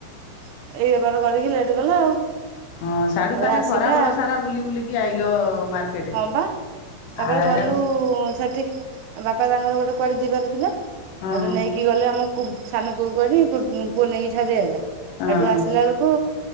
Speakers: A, on the right; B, on the left.
A: ଏଇ ବେପାର କରିକି ଲେଟ୍ କଲା ଆଉ।
B: ହଁ ସାଢୁ
A: ତାପରେ
B: ତାହେଲେ
A: ଆସିଲା
B: ଖରାବେଳ ସାରା ବୁଲି ବୁଲିକି ଆଇଲ। ମାର୍କେଟ
A: ହଁ ବା ତାପରେ
B: ଆରା
A: ଗଲୁ ସେଠି ବାପା ତାଙ୍କର ଗୋଟେ କୁଆଡେ ଯିବାର ଥିଲା
B: ହଁ
A: ଆଉଠୁଁ ନେଇକି ଗଲେ ଆମକୁ ସାନପୁଅ କହିଲି ପୁଅ ନେଇକି ଛାଡି ଦେଇକି ଆଇଲା।
B: ହଁ
A: ଏଠୁ ଆସିଲା ବେଳକୁ